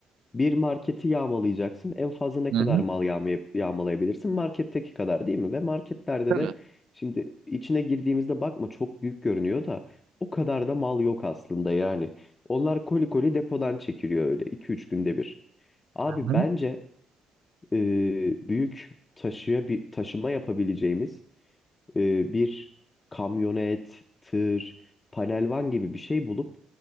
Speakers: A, on the left; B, on the right.
A: Bir marketi yağmalayacaksın. En fazla ne
B: Hı
A: kadar
B: hı.
A: mal yağmaya- yağmalayabilirsin? Marketteki kadar değil mi? Ve marketlerde
B: Tabii.
A: de şimdi içine girdiğimizde bakma çok büyük görünüyor da o kadar da mal yok aslında yani. Onlar koli koli depodan çekiliyor öyle iki üç günde bir. Abi
B: Hı
A: bence
B: hı.
A: e, büyük taşıya bir taşıma yapabileceğimiz e, bir kamyonet, tır, panelvan gibi bir şey bulup